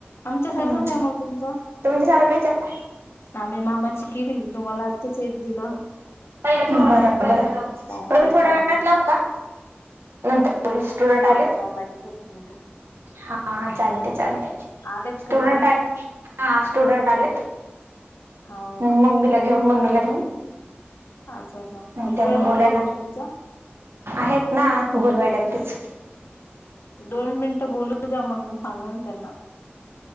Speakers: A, on the left (about 75°); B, on the right (about 80°).
A: आमच्या
B: हम्म
A: सारखंच आहे मग तुमचं
B: तुमच्या सारखंच आहे
A: आम्ही मामाची केली तुम्हाला आत्ताच येत दिलं
B: बबर बर
A: चांगलंय
B: म थोड्या
A: चांगलंय
B: वेळात लावू का नंतर पलीस स्टुडंट आलेत
A: थांबा थांबा एकच मिनिट
B: हा हा चालते चालते
A: आलेत
B: स्टुडंट
A: का कोणी
B: हा स्टुडंट आलेत
A: हो
B: ्
A: का
B: मम्मीला घेऊन मम्मीला घेऊन
A: अच्छा अच्छा सासुबाई
B: त्यांना
A: नाहीत
B: बोलायला
A: का मग तुमचा
B: आहेत ना बोलवायला तेच
A: दोन मिनिटं बोलू द्या म्हणून सांगाल त्यांना